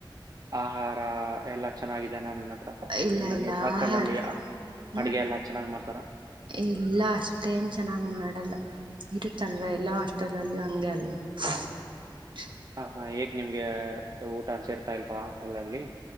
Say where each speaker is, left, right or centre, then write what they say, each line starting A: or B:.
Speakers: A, on the right (about 45°); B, on the right (about 65°).
A: ಆಹಾರ ಎಲ್ಲ ಚೆನ್ನಾಗಿದೆ ನ ನಿಮ್ಮ ಹತ್ರ
B: ಇಲ್ಲ
A: ಅಂದ್ರೆ
B: ಎಲ್ಲ
A: ನಿಮ್ ಹಾಸ್ಟೆಲ್
B: ಆಹಾರ
A: ಅಲ್ಲಿ
B: ಹ
A: ಆ- ಅಡ್ಗೆ ಎಲ್ಲಾ ಚೆನ್ನಾಗ್ ಮಾಡ್ತಾರ
B: ಇಲ್ಲ ಅಷ್ಟೇನು ಚೆನ್ನಾಗ್ ಮಾಡಲ್ಲ ಇರುತ್ತಲ್ವ ಎಲ್ಲ ಹಾಸ್ಟೆಲಲ್ಲಿ ಹಂಗೆ ಅಲ್ವ <unintelligible>
A: ಹ ಹಾ ಏಕ್ ನಿಮ್ಗೆ ಊಟ ಸೇರ್ತಾ ಇಲ್ವಾ ಅಲ್ಲರಲ್ಲಿ